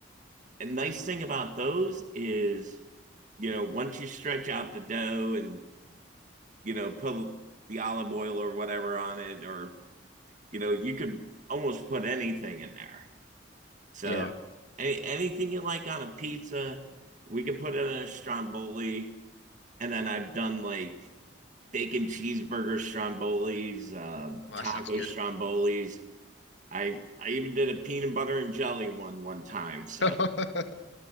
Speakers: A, on the right (about 45°); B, on the left (about 75°).
A: a nice thing about those is, you know, once you stretch out the dough and, you know, put the olive oil or whatever on it or you know, you could almost put anything in there. So
B: yeah.
A: any, anything you like on a pizza, we could put in a stromboli. And then I've done like bacon cheeseburger strombolis, uh,
B: Well,
A: taco
B: that sounds good.
A: strombolis. I I even did a peanut butter and jelly one one time. So
B: <laughs> How